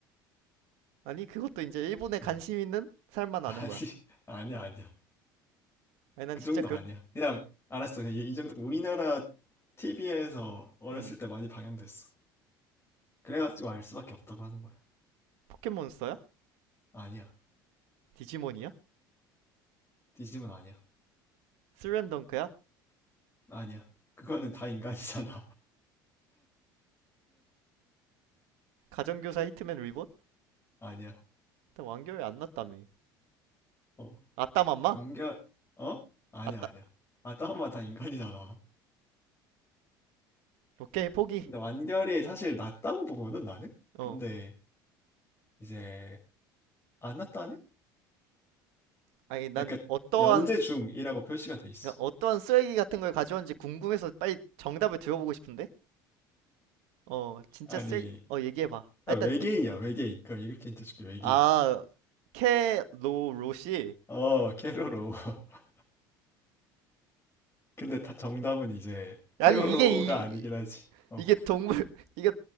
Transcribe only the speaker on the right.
아니 그것도 이제 일본에
관심 있는 사람만
아는 거야.
아니 난
진짜
그렇
음
포켓몬스터야?
디지몬이야?
슬램덩크야?
가정교사 히트맨 리본?
일단 완결이 안 났다며.
아따맘마?
아따
오케이 포기.
어
아니 난
어떠한
그러니까 어떠한 쓰레기 같은 걸 가져왔는지 궁금해서 빨리 정답을 들어보고 싶은데? 어, 진짜
쓰레기, 어, 얘기해봐.
아, 일단,
아, 캐로로시.
아니,
이게, 이,
이게 동물, <laughs> 이게,